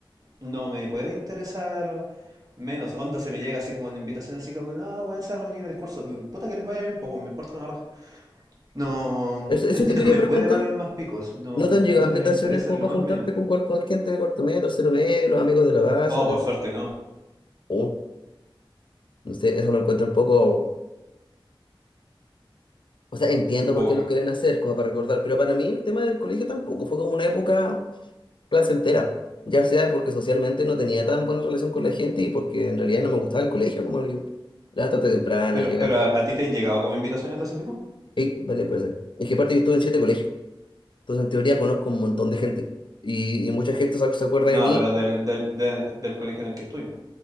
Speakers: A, on the right; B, on the left.
A: no me puede interesar menos. Onda se me llega así como una invitación, así como, no, weón, se va a reunir el curso. Uh, Puta que les vaya bien, pues, weón, me importa una raja. No,
B: Eso,
A: <laughs> no
B: eso te quería
A: me
B: preguntar.
A: puede valer más picos. No,
B: ¿No te han llegado
A: no es
B: invitaciones
A: de mi interés
B: como
A: en lo
B: para
A: más
B: juntarte
A: mínimo.
B: con, cuerpo- con gente de cuarto medio, tercero medio, los amigos de la básica?
A: Oh, por suerte, no.
B: Oh, no sé, eso lo encuentro un poco... O sea, entiendo
A: Un poco
B: por qué lo
A: que.
B: quieren hacer, como para recordar, pero para mí el tema del colegio tampoco fue como una época placentera. Ya sea porque socialmente no tenía tan buena relación con la gente y porque en realidad no me gustaba el colegio, como el levantarte temprano,
A: Pero,
B: llegar
A: pero
B: tarde.
A: ¿a, a ti te han llegado como invitaciones de ese tipo?
B: Y, vale, parece. Es que aparte yo estuve en siete colegios. Entonces, en teoría, conozco un montón de gente. Y, y mucha gente se se acuerda
A: No,
B: de mí.
A: pero del, del, de- del colegio en el que estuvimos.